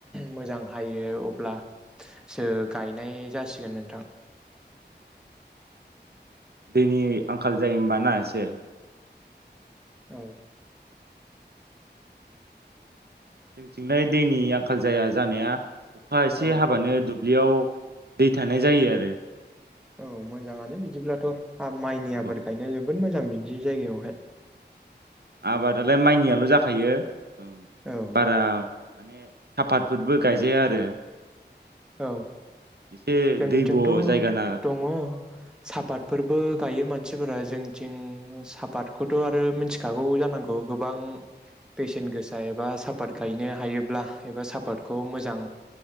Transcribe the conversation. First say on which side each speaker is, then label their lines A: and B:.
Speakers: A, in the centre; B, on the right.
A: मोजां हायो अब्लासो गायनाय जासिगोन नोंथां।
B: दैनि आंखाल जायो ओमबा ना एसे
A: औ
B: जोंथिंलाय दैनि आंखाल जाया जानाया अखा एसे
A: औ
B: हाबानो दु ब्लियाव दै थानाय जायो आरो।
A: औ मोजाङानो बिदिब्लाथ'। आब माइनि आबाद
B: औ
A: गायनाय जोब बोद मोजां बिदि जायगायावहाय
B: आबादालाय माइनियाल' जाखायो। औ
A: औ
B: बारा माने सापातफोरबो गायजाया आरो।
A: औ
B: एसे
A: जोंथिंथ'
B: दैब' जायगा ना
A: दङ सापातफोरबो गायो मानसिफोरा जोंथिं सापातखौथ' आरो मिनथिखागौ जानांगौ गोबां बेसेन गोसा एबा सापात गायनो हायोब्ला एबा सापातखौ मोजां